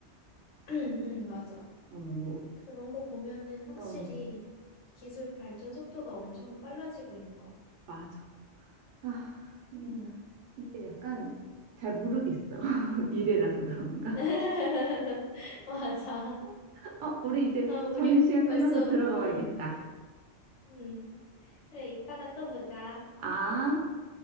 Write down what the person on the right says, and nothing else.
어, 뭐,
어,
맞아. 아, 음.
이게 약간 잘 모르겠어. <laughs> 미래라서 그런가?
<laughs> 어, 우리 이제
점심시간
끝나서 들어가
봐야겠다.
아.